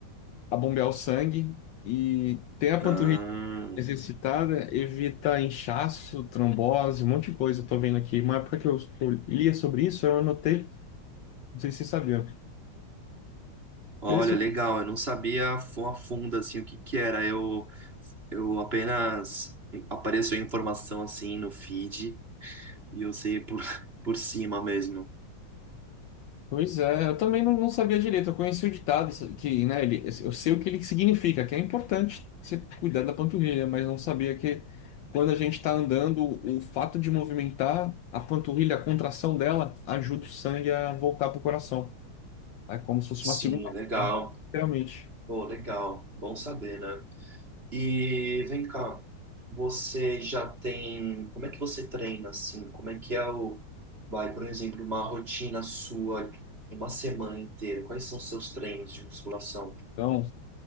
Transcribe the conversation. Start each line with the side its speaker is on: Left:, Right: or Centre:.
Left: a bombear o sangue. E ter a panturrilha
Right: Ah.
Left: exercitada evita inchaço, trombose, um monte de coisa. Eu tô vendo aqui. Uma época que eu, eu lia sobre isso, eu anotei, não sei se você sabia.
Right: Olha,
Left: Pelo
Right: legal, eu não sabia fu- a fundo assim o que que era. Eu eu apenas apareceu informação assim no feed e eu sei por <laughs> por cima mesmo.
Left: Pois é, eu também não, não sabia direito. Eu conheci o ditado isso- que, né, ele, eu sei o que ele significa, que é importante você cuidar da panturrilha, mas não sabia que quando a gente está andando, o fato de movimentar a panturrilha, a contração dela, ajuda o sangue a voltar para o coração. É como se fosse
Right: Sim,
Left: uma segunda
Right: legal.
Left: bomba, literalmente.
Right: Pô, legal. Bom saber, né? E vem cá, você já tem, como é que você treina assim? Como é que é o, vai, por exemplo, uma rotina sua, uma semana inteira? Quais são os seus treinos de musculação?
Left: Então,